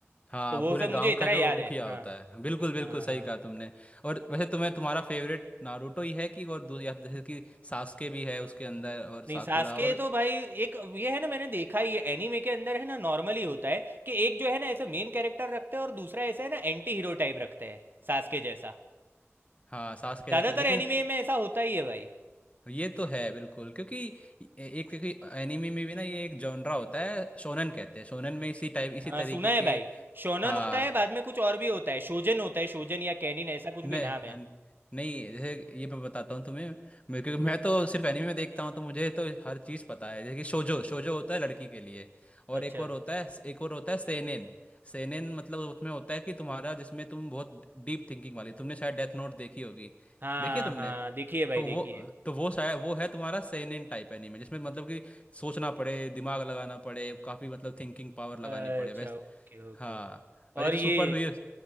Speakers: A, on the left; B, on the right.
A: हाँ
B: तो वो
A: पूरे
B: सब
A: गांव
B: मुझे इतना
A: का जो
B: याद
A: मुखिया
B: है हाँ
A: होता है बिल्कुल बिल्कुल
B: हाँ
A: सही
B: हाँ
A: कहा तुमने और वैसे तुम्हें तुम्हारा फेवरेट नारुतो ही है कि और दू- या जैसे कि सास्के भी है उसके अंदर और
B: नहीं
A: साकुरा
B: सास्के
A: और
B: तो भाई एक ये है ना मैंने देखा ये एनीमे के अंदर है ना नॉर्मली होता है कि एक जो है ना ऐसे मेन कैरेक्टर रखते हैं और दूसरा ऐसे है ना एंटी हीरो टाइप रखते हैं सास्के जैसा
A: हाँ सास्के
B: ज्यादातर
A: जैसा लेकिन
B: एनीमे में ऐसा होता ही है भाई
A: ये तो है बिल्कुल क्योंकि ए- एक क्योंकि एनिमे में भी ना ये एक जॉनरा होता है शोनन कहते हैं शोनन में इसी टाइप इसी
B: हाँ
A: तरीके
B: सुना है
A: के
B: भाई शोनन
A: हाँ
B: होता है बाद में कुछ और भी होता है शोजन होता है शोजन या कैनिन ऐसा कुछ भी
A: नहीं
B: नाम है
A: हन- नहीं जैसे ये मैं बताता हूँ तुम्हें मेरे क्योंकि मैं तो सिर्फ एनीमे देखता हूँ तो मुझे तो हर चीज़ पता है जैसे कि शोजो शोजो होता है लड़की के लिए और
B: अच्छा
A: एक और होता है एक और होता है सेनेन सेनेन मतलब उसमें होता है कि तुम्हारा जिसमें तुम बहुत डीप थिंकिंग वाली तुमने शायद डेथ नोट देखी होगी
B: हाँ
A: देखी है तुमने
B: हाँ देखिए भाई
A: तो
B: देखिए
A: वो तो वो शायद वो है तुम्हारा सेनेन टाइप एनीमे जिसमें मतलब कि सोचना पड़े दिमाग लगाना पड़े काफ़ी मतलब थिंकिंग पावर लगानी
B: अच्छा
A: पड़े वैस
B: ओके ओके
A: हाँ और
B: और
A: ये तो
B: ये
A: super hero